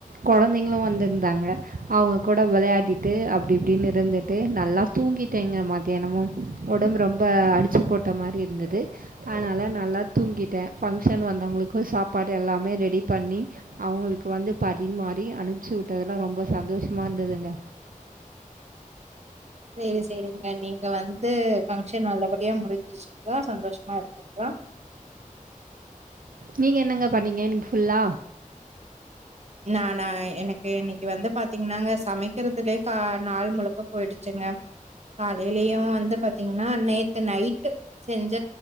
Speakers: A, on the right; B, on the right.
A: கொழந்தைங்களு வந்திருந்தாங்க அவங்க கூட வெளயாடிட்டு அப்டி இப்டினு இருந் ட்டு நல்லா தூங்கிட்டேங்க மத்தியானமு ஒடம்பு ரொம்ப அடிச்சு போட்ட மாரி இருந்தது அதனா நல்லா தூங்கிட்டே ஃபங்க்ஷன் வந்தவங்களுக்கு சாப்பாடு எல்லாமே ரெடி பண்ணி அவங்களு வந்து பரிமாறி அனுப்ச்சு விட்டதுல்லா ரொம்ப சந்தோஷமா இருந்ததுங்க
B: சேரி சேரிங்க நீங்க வந்து ஃபங்க்ஷன் நல்லபடியா முடிஞ்சிச்சுங்ளா சந்தோஷமா இருக்குங்ளா
A: நீங்க என்னங்க பண்ணீங்க இன்னிக்கு ஃபுல்லா
B: நானா எனக்கு இன்னைக்கு வந்து பாத்தீங்கன்னாங்க சமைக்கிறதுலயே கா நாள் முழுக்க போயிடுச்சுங்க காலேலயு வந்து பாத்தீங்கன்னா நேத்து நைட்டு செஞ்ச